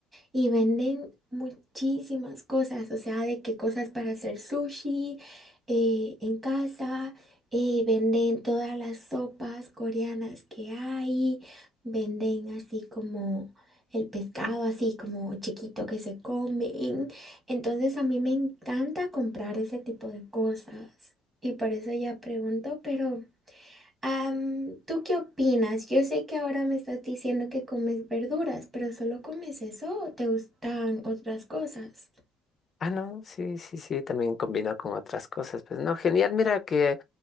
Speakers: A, on the right; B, on the left.
A: y venden muchísimas cosas, o sea, de qué cosas para hacer sushi eh, en casa, eh, venden todas las sopas coreanas que hay, venden así como el pescado, así como chiquito que se comen. Entonces a mí me encanta comprar ese tipo de cosas y por eso ya pregunto, pero... Am, ¿tú qué opinas? Yo sé que ahora me estás diciendo que comes verduras, pero ¿solo comes eso o te gustan otras cosas?
B: Ah, no, sí, sí, sí, también combinó con otras cosas. Pues no, genial, mira que